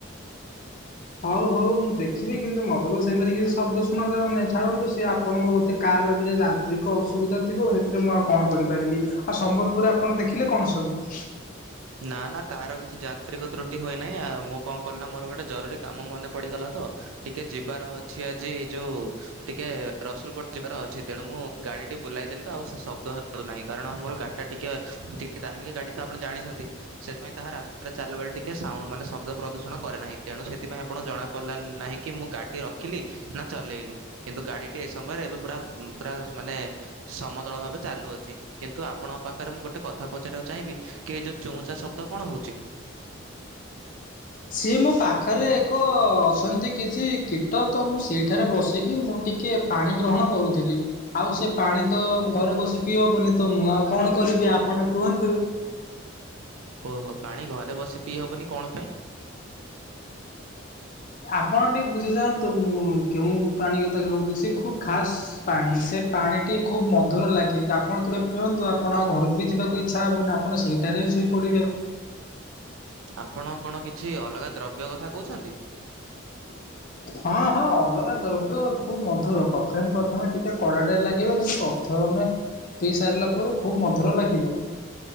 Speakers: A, on the left; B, on the right.
A: ହଉ ହଉ ମୁଁ ଦେଖିବି କିନ୍ତୁ ମତେ ତ ସେମିତି କିଛି ଶବ୍ଦ ଶୁଣ ଯାଉନହିଁ ଛାଡନ୍ତୁ ସିଏ ଆପଣଙ୍କ ବୋଧେ କାର ର କିଛି ଯାନ୍ତ୍ରିକ ଅସୁବିଧା ଥିବ ସେଥିରେ ମୁଁ ଆଉ କଣ କରିପାରିବି। ଆଉ ସମ୍ବଲପୁରରେ ଆପଣ ଦେଖିଲେ କଣ ସବୁ?
B: ନା ନା କାହାର କିଛି ଯାନ୍ତ୍ରିକ ତ୍ରୁଟି ହୋଇନାହିଁ ଆ ମୁଁ କଣ କଲି ମୋର ଗୋଟେ ଜରୁରୀ କାମ ମନେ ପଡିଗଲା ତ ଟିକେ ଯିବାର ଅଛି ଆଜି ଯୋଉ ଟିକେ ରସୁଲଗୋଡ ଯିବାର ଅ ଅଛି ତେଣୁ ମୁଁ ଗାଡିଟି ବୁଲେଇଦେଲି ତ ଆଉ ଶବ୍ଦ ହଉହିଁ କାରଣ ମୋର ଗାଡି ଟା ଟିକେ ଦାମିକା ଗାଡି ତ ଆପଣ ଜାଣିଛନ୍ତି। ସେଥିପାଇଁ ତାହା ରାସ୍ତାରେ ଚାଲା ବେଳେ ଟିକେ ସାଣ୍ଡ ମାନେ ଶବ୍ଦ ପ୍ରଦୂଷଣ କରେ ନାହିଁ ତେଣୁ ସେଥିପାଇଁ ଆପଣ ଜଣାପଲା ନାହିଁ। କି ମୁଁ ଗାଡିଟି ରଖିଲି ନା ଚଲେଇଲି କିନ୍ତୁ ଗାଡିଟି ଏ ସମୟରେ ଏବେ ପୁରା ପୁରା ମାନେ ସମତଳ ଭାବେ ଚାଲୁଅଛି କିନ୍ତୁ ଆପଣଙ୍କ ପାଖରେ ମୁଁ ଗୋଟେ କଥା ପଚାରିବାକୁ ଚାହିଁବି କି ଏ ଯେଉଁ ଚୁଁ ଚା ଶବ୍ଦ କଣ ହେଉଚି?
A: ସିଏ ମୋ ପାଖରେ ଏକ ଅଛନ୍ତି କିଛି କୀଟ ତ ମୁଁ ସେଇଠାରେ ବସିକି ମୁଁ ଟିକେ ପାଣି ଗ୍ରହଣ କରୁଥିଲି। ଆଉ ସେ ପାଣି ତ ଘରେ ବସି ପିଇ ହବନି ତ ମୁଁ ଆଉ କଣ କରିବି ଆପଣ କୁହନ୍ତୁ?
B: ଓହୋ ପାଣି ଘରେ ବସି ପିଇ ହବନି କଣ ପାଇଁ?
A: ଆପଣ ଟିକେ ବୁଝିଯାଆନ୍ତୁ ମୁଁ କେଉ ପ୍ରାଣୀ କଥା କହୁଛି ସିଏ ଖୁବ ଖାସ୍ ପାଣି ସେ ପାଣିଟି ଖୁବ ମଧୁର ଲାଗେ ଆପଣ କେବେ ପିଅନ୍ତୁ ଆ ଆପଣ ଆଉ ଘରକୁ ବି ଯିବାକୁ ଇଚ୍ଛା ହବନି ଆପଣ ସେଇଟାରେ ହିଁ ଶୋଇପଡ଼ିବେ।
B: ଆପଣ କଣ କିଛି ଅଲଗା ଦ୍ରବ୍ୟ କଥା କହୁଛନ୍ତି?
A: ହଁ ହଁ ଅଲଗା ଦ୍ରବ୍ୟ ଖୁବ ମଧୁର ପ୍ରଥମେ ପ୍ରଥମେ ଟିକେ କଡାଟାରେ ଲାଗିବ କିନ୍ତୁ ପ୍ରଥମେ ପି ସାରିଲା ପରେ ଖୁବ୍ ମଧୁର ଲାଗିବ।